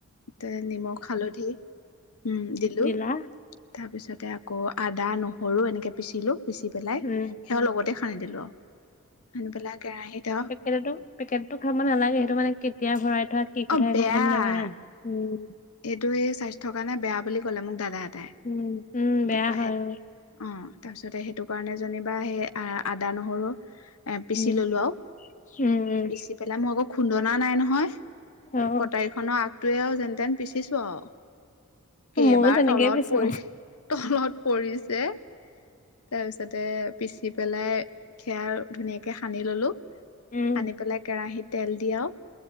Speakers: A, on the left; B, on the left.
A: তে নিমখ হালধি উম' দিলোঁ
B: জিলা
A: তাৰ পিছতে আকৌ' আদা নহৰু এনেকে পিচিলো পিচি পেলাই
B: উম।
A: সেয়াও লগতে সা <unintelligible> সানি পেলাই কেৰাহীত অ'
B: <unintelligible> পেকেটটো খাব নালাগে সেইটো মানে কেতিয়া ভৰাই থোৱা কি কথা
A: অ বেয়া
B: একো গম নাপাওঁ না উম,
A: এইটো সেই স্বাস্থ্য কাৰণে বেয়া বুলি ক'লে মোক দাদা এটাই
B: উম, উম, বেয়া
A: তাপা
B: হয়
A: সেইত
B: অ',
A: অ' তাৰপিছতে সেইটো কাৰণে যেনিবা সেই আ-আদা, নহৰু- এ পিচি
B: উম,
A: ল'লোঁ আওঁ
B: উম, উম,
A: পিচি পেলাই মই আকৌ খুন্দনা নাই নহয়
B: অ',
A: কটাৰীখনৰ আগটোৱেও যেনতেন পিচিছোঁ আওঁ। কেবাৰ
B: ময়ো তেনেকেই
A: তলত
B: পিছো।
A: পৰি তলত পৰিছে। তাৰপিছতে পিচি পেলাই সেয়া ধুনীয়াকে সানি ল'লোঁ। সানি
B: উম,
A: পেলাই কেৰাহিত তেল দি আওঁ -